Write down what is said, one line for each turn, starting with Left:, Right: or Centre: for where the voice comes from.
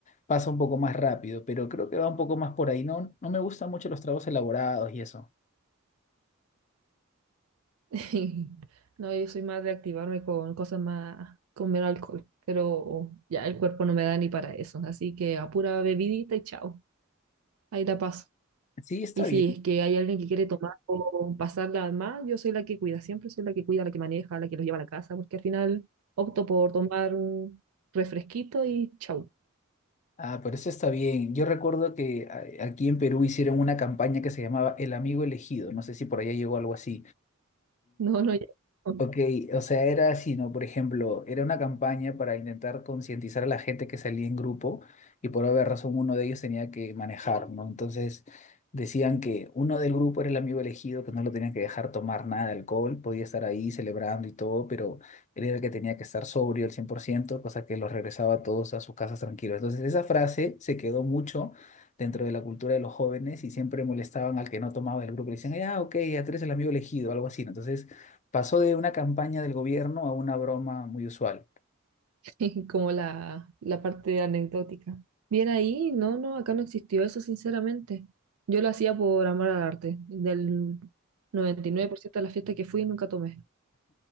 Left: pasa un poco más rápido, pero creo que va un poco más por ahí. No, no me gustan mucho los tragos elaborados y eso.
Right: <laughs> No, yo soy más de activarme con cosas más, con menos alcohol, pero ya el cuerpo no me da ni para eso, así que a pura bebidita y chao, ahí la paso.
Left: Sí, está
Right: Y si
Left: bien.
Right: es que hay alguien que quiere tomar o pasarla más, yo soy la que cuida, siempre soy la que cuida, la que maneja, la que los lleva a la casa, porque al final opto por tomar un refresquito y chau
Left: Ah, pero eso está bien. Yo recuerdo que a- aquí en Perú hicieron una campaña que se llamaba El Amigo Elegido. No sé si por allá llegó algo así.
Right: <laughs> No, no llego.
Left: Ok, o sea, era así, ¿no? Por ejemplo, era una campaña para intentar concientizar a la gente que salía en grupo y por haber razón uno de ellos tenía que manejar, ¿no? Entonces decían que uno del grupo era el amigo elegido, que no lo tenían que dejar tomar nada de alcohol, podía estar ahí celebrando y todo, pero él era el que tenía que estar sobrio al 100%, cosa que los regresaba a todos a sus casas tranquilos. Entonces esa frase se quedó mucho dentro de la cultura de los jóvenes y siempre molestaban al que no tomaba del grupo. Le decían, ah, ok, ya tú eres el amigo elegido, algo así, ¿no? Entonces... Pasó de una campaña del gobierno a una broma muy usual.
Right: <laughs> como la, la parte anecdótica. Bien ahí, no, no, acá no existió eso, sinceramente. Yo lo hacía por amor al arte. Del 99% de las fiestas que fui, nunca tomé.